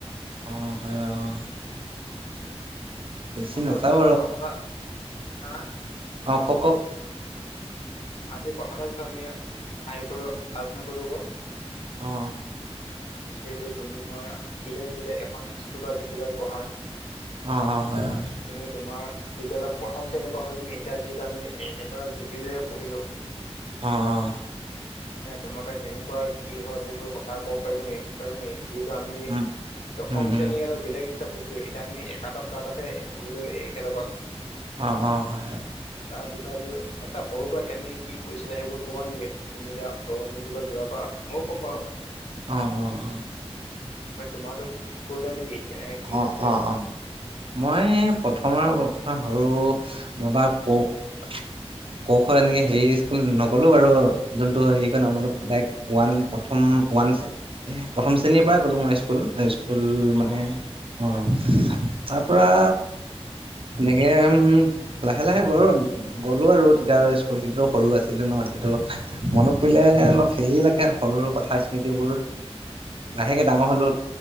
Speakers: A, on the right; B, on the left.
A: অ', হয় বাৰু অ' বেছি
B: বন্ধু
A: নাচাওঁ
B: তোমাৰ আজি কথা এটা হা।
A: অঁ', ক-ক-ক।
B: আজি কথা এাৰ বিষয়ে আমি, আই কৰো, আলোচনা কৰো আক'।
A: অ।
B: যিহেতু তুমি মই, বেলেগ-বেলেগ এখন স্কুল বা বিদ্যালয়ত পঢ়া।
A: অ', অ', হয়-হয়।
B: তুমি তোমাৰ তেতিয়াহ'লে প্ৰথম শ্ৰেণীৰ পৰা হৈ পি, এতিয়া যিহেতু আমি এক ডিগ্ৰীলৈকে পঢ়িলো।
A: অঁ', অঁ'।
B: এতিয়া তুমতে কেনেকুৱা, কি হ'ল, সেইবোৰ কথা ক'ব পাৰিবি নেকি? পাৰিব নেকি, যিহেতু আমি,
A: উম,
B: দশম
A: উম,
B: শ্ৰেণী
A: উম,
B: কাৰনে বেলেগ সি পঢ়ছো, এতিয়া আমি একাদশ, দ্বাদশে পঢ়িলো একেলগত।
A: অঁ', অঁ', হয়-হয়।
B: তাৰ বিষয়েদি, এটা সৰুৰ পৰা কেনেকি কি কৰিছিলা, সেইবোৰ ক'বা নেকি? তুমি এতিয়া, অগন বাদিপা যোৱাৰ পৰা, ময়ো ক'ম বাৰু।
A: অঁ', অঁ', অঁ'।
B: তোমাৰটো কৈ লোৱা নেকি? কেনেকে কি হৈছে
A: অ', অ', অ'। মই, প্ৰথমৰ সৰু বা ক'। ক খ এনেকে হেৰি স্কুল নগ'লোঁ বাৰু, যোনটো হেৰি <unintelligible> ওৱান প্ৰথম, ওৱান। প্ৰথম শ্ৰেণীৰ পৰাই গ'লোঁ মই স্কুল। স্কুল মানে
B: অ
A: অঁ', তাৰপৰা এনেকে, উ', লাহে-লাহে গৰু গ'লো আৰু তেতিয়া আৰু স্কুলটো সৰু আছিলো ন', এতিয়াতো মনত পৰিলে অলপ হেৰি লাগে, সৰু কথা স্মৃতিবোৰ।
B: <inaudible>
A: লাহেকে ডাঙৰ হ'লোঁ।